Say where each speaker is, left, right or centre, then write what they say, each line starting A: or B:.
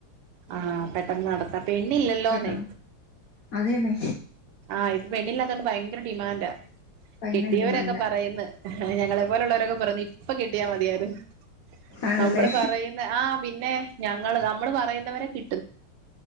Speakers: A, on the right; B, on the left.
A: ആ പെട്ടെന്ന് നടത്ത പെണ്ണില്ലല്ലോന്നെ
B: പെട്ടെന്ന് അതേന്നെ
A: ആ ഇപ്പ വെണില്ലാതൊണ്ട് ഭയങ്കര ഡിമാൻഡാ
B: ഭയങ്കര
A: കിട്ടിയവരൊക്കെ
B: ഡിമാൻഡാ
A: പറയുന്നു ഞങ്ങളെപ്പോലെുള്ളവരൊക്കെ പറുന്നു ഇപ്പൊ കിട്ടിയാ മതിയരുന്നു
B: ആണല്ലേ
A: നമ്മള് പറയുന്ന ആ പിന്നെ ഞങ്ങള് നമ്മള് പറയുന്നവരെ കി